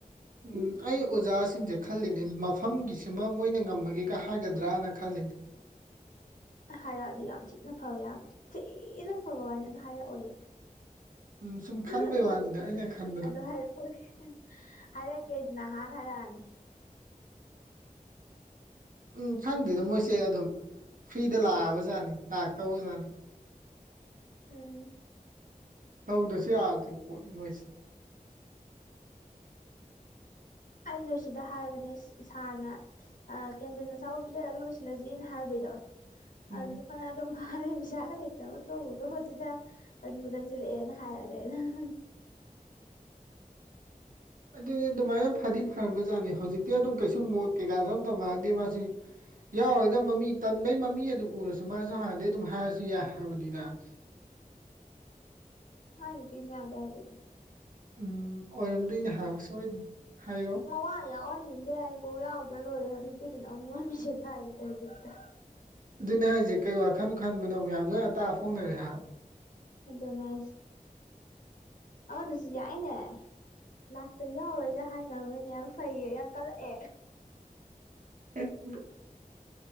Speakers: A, on the right; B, on the left.
A: ꯎꯝ ꯑꯩ ꯑꯣꯖꯥꯁꯤꯡꯖꯦ ꯈꯜꯂꯤꯅꯦ ꯃꯐꯝꯒꯤꯁꯤꯃ ꯃꯣꯏꯅ ꯉꯝꯃꯒꯦꯒ ꯍꯥꯏꯒꯗ꯭ꯔꯅ ꯈꯜꯂꯤꯅꯦ
B: ꯍꯥꯏꯔꯛꯑꯗꯤ ꯌꯥꯝ ꯊꯤꯅ ꯐꯕ ꯌꯥꯝ ꯊꯤꯅ ꯐꯕ ꯋꯥꯅꯦ ꯑꯗꯨ ꯍꯥꯏꯔꯛꯑꯣꯢꯌꯦ
A: ꯎꯝ ꯁꯨꯝ ꯈꯟꯕꯩ
B: ꯑꯗꯨ
A: ꯋꯥꯅꯤꯗ
B: ꯍꯥꯢꯔ
A: ꯑꯩꯅ ꯈꯟꯕꯗꯣ
B: ꯑꯗꯨ ꯍꯥꯏꯔꯛꯑꯣꯢ ꯍꯥꯏꯔꯛꯀꯦꯗꯤ ꯅꯍꯥꯟꯅ ꯍꯥꯏꯔꯑꯅꯤ
A: ꯎꯝ ꯈꯪꯗꯦꯏꯗ ꯃꯣꯏꯁꯦ ꯑꯗꯨꯝ ꯐ꯭ꯔꯤꯗ ꯂꯥꯛꯑꯕꯖꯥꯅꯤ ꯂꯥꯛꯇꯧꯕꯖꯥꯅꯤ
B: ꯎꯝ
A: ꯇꯧꯗ꯭ꯔꯁꯨ ꯌꯥꯔꯗꯣꯏ ꯄꯣꯠꯅꯤ ꯃꯣꯏꯁꯦ
B: ꯑꯩ ꯖꯣꯁꯤꯗ ꯍꯥꯏꯕꯅꯦ ꯁꯥꯔꯅ ꯀꯦꯟꯗꯤꯟ ꯑꯆꯥꯕꯣꯠ ꯄꯤꯖꯔꯒ ꯂꯣꯏꯁꯤꯜꯂꯁꯤꯅ ꯍꯥꯏꯕꯩꯗꯣ
A: ꯎꯝ
B: ꯑꯗꯨ ꯐꯅꯗꯨꯝ ꯐꯔꯦ ꯄꯩꯁꯥꯒ ꯂꯩꯇꯕ ꯇꯣꯛꯇꯨꯝ ꯇꯣꯛꯑꯁꯤꯗ ꯇꯟꯕꯨ ꯇꯟꯖꯟꯂꯛꯑꯦꯅ ꯍꯥꯏꯕꯅꯦ ꯑꯩꯅ
A: ꯑꯗꯨꯅꯦ ꯑꯗꯨꯃꯥꯏꯅ ꯐꯗꯤ ꯐꯔꯝꯕꯖꯥꯅꯤ ꯍꯧꯖꯤꯛꯇꯤ ꯑꯗꯨꯝ ꯀꯩꯁꯨ ꯃꯣꯠ ꯀꯩꯀꯥꯖꯦ ꯑꯝꯇ ꯃꯥꯟꯅꯗꯦ ꯃꯥꯁꯨ ꯌꯥꯎꯔꯦꯢꯗ ꯃꯃꯤ ꯇꯟꯕꯩ ꯃꯃꯤ ꯑꯗꯨꯝ ꯎꯔꯁꯨ ꯃꯥꯁꯨ ꯍꯥꯟꯅꯗꯩ ꯑꯗꯨꯝ ꯍꯥꯏꯔꯁꯨ ꯌꯥꯏ ꯍꯥꯏꯕꯅꯤꯗ
B: ꯃꯥꯢ ꯅꯨꯄꯤꯅ ꯌꯥꯗꯦ ꯍꯥꯢꯗꯨꯗꯤ
A: ꯎꯝ ꯑꯣꯏꯔꯝꯗꯣꯏꯅꯦ ꯍꯥꯏ ꯁꯣꯏꯗ ꯍꯥꯏꯌꯣ
B: ꯉꯔꯥꯡ ꯌꯥꯎꯍꯟꯅꯤꯡꯗꯦ ꯍꯥꯏꯔꯗꯤ ꯀꯣꯛ ꯌꯥꯎꯗ꯭ꯔ ꯂꯣꯏꯔꯦ ꯅꯨꯄꯤꯗꯨꯅ ꯑꯃꯨꯛ ꯃꯤꯁꯦꯁ ꯊꯥꯏꯔꯦ ꯀꯩ ꯕꯤꯠꯇ
A: ꯑꯗꯨꯅꯦ ꯍꯥꯏꯔꯤꯖꯦ ꯀꯩ ꯋꯥꯈꯟꯕꯨ ꯈꯟꯕꯅꯣ ꯃꯌꯥꯝ ꯂꯣꯏ ꯑꯇꯥꯛ ꯑꯐꯣꯡꯅꯔꯦ ꯍꯥꯏꯕ
B: ꯑꯗꯨꯅꯦ ꯍꯥꯢꯁꯦ ꯑꯃꯗꯨꯁꯨ ꯌꯥꯏꯅꯦ ꯂꯥꯛꯇ ꯌꯥꯎꯔꯒ ꯍꯥꯏ ꯉꯝꯃꯤꯅ ꯌꯥꯝ ꯐꯩꯌꯦ ꯌꯥꯝ ꯀꯜꯂꯛꯑꯦ
A: <inaudible>